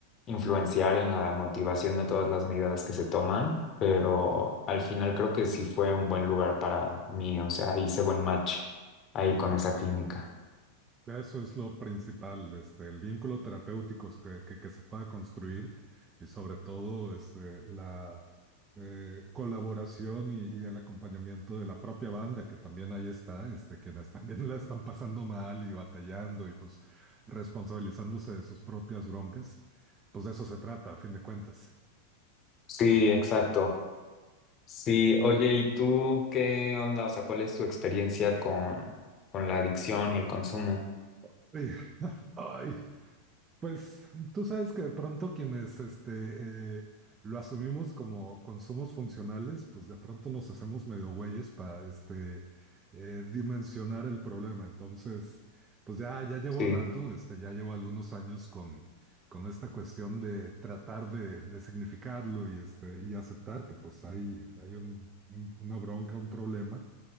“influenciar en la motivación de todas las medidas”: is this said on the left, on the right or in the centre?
Left